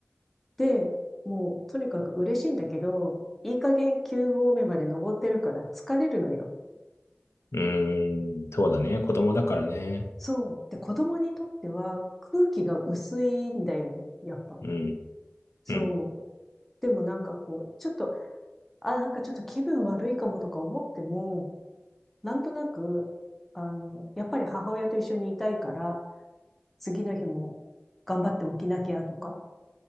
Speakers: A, in the centre; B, on the left.
A: で、もうとにかく嬉しいんだけど、いい加減9合目まで登ってるから疲れるのよ。
B: うーん、そうだね。
A: え
B: 子供だからね。
A: そう。で、子供にとっては空気が薄いんだよね。やっぱ。
B: うん、
A: そう。
B: うん、
A: でもなんかこう、ちょっと、あ、なんかちょっと気分悪いかもとか思っても、なんとなく、あの、やっぱり母親と一緒にいたいから、次の日も頑張って起きなきゃとか、